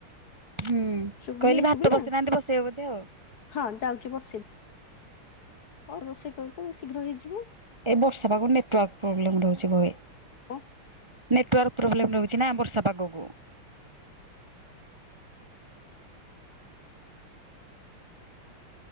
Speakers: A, on the right (about 25°); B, on the left (about 55°).
A: ହୁଁ
B: ଶୁଭୁନି
A: କହିଲି ଭାତ
B: ଶୁଭିଲା
A: ବସେଇନାହାନ୍ତି ବସେଇବ ବୋଧେ ଆଉ
B: ହଁ ଯାଉଛି ବସି ହଉ ରୋଷେଇ କର ତୁ ଶୀଘ୍ର ହେଇଯିବୁ।
A: ଏ ବର୍ଷା ପାାଗ ନେଟୱାର୍କ ପ୍ରୋବ୍ଲେମ ରହୁଛି ବ
B: ହବ
A: ନେଟୱାର୍କ ପ୍ରୋବ୍ଲେମ ରହୁଛି ନା ବର୍ଷା ପାଗକୁ।